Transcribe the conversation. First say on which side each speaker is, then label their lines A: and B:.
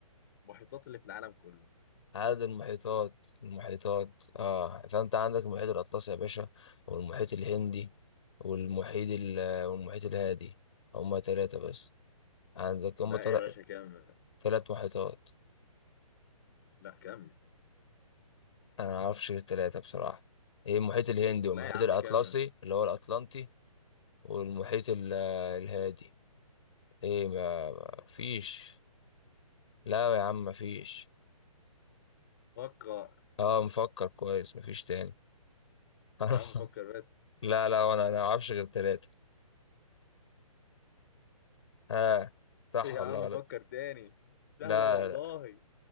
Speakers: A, on the left; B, on the left.
A: المحيطات اللي في العالم كله
B: عدد المحيطات المحيطات اه فانت عندك المحيط الاطلسي يا باشا والمحيط الهندي والمحيط ال- والمحيط الهادي هما تلاتة بس عندك هما
A: لا
B: تل-
A: يا باشا كمل
B: تلات محيطات
A: لا كمل
B: انا معرفش غير التلاتة بصراحة ايه المحيط الهندي والمحيط
A: لا يا عم
B: الاطلسي
A: كمل
B: اللي هو الاطلنطي والمحيط ال- الهادي ايه ما ما فيش لا يا عم ما فيش
A: فكر
B: اه مفكر كويس ما فيش تاني <laughs>
A: يا عم فكر بس
B: لا لا انا انا معرفش غير التلاتة ها صح
A: يا
B: ولا
A: عم
B: غلط
A: فكر تاني سهلة
B: لا
A: والله